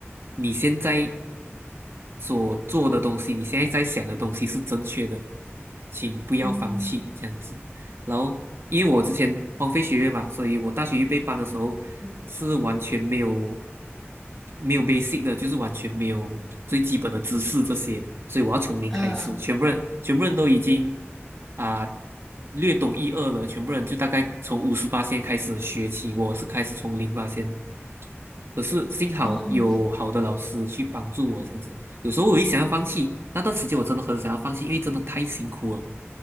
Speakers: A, on the right (about 65°); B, in the centre.
A: 你现在。所做的东西，你现在在想的东西是正确的，请不要放弃这样子。
B: 嗯，
A: 然后，因为我之前荒废学业嘛，所以我大学预备班的时候是完全没有
B: 是的
A: 没有 basic 的，就是完全没有最基本的知识这些，所以我要从零开始。
B: 嗯
A: 全部人全部人都已经啊、略懂一二了，全部人就大概从五十八线开始学起，我是开始从零八线。可是幸好有好的老师去帮助我，
B: 嗯
A: 这样子。有时候我一想要放弃，那段时间我真的很想要放弃，因为真的太辛苦了，